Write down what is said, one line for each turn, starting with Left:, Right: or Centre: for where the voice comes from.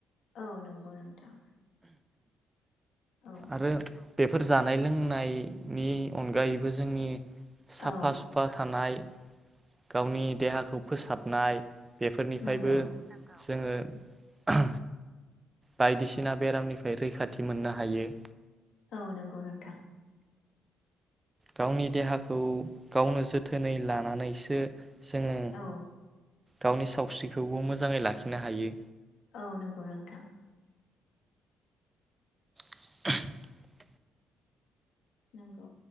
Left: औ नोंगौ नोंथां औ
Right: आरो बेफोर जानाय लोंनायनि अनगायैबो जोंनि साफा
Left: औ
Right: सुफा थानाय गावनि देहाखौ फोसाबनाय बेफोरनिफायबो
Left: नंगौ
Right: जोङो <unintelligible> बायदिसिना बेरामनिफाय रैखाथि मोननो हायो
Left: औ नोंगौ नोंथां
Right: गावनि देहाखौ गावनो जोथोनै लानानैसो जोङो
Left: औ
Right: गावनि सावस्रिखौबो मोजाङै लाखिनो हायो
Left: औ नोंगौ नोंथां
Right: <unintelligible>
Left: नोंगौ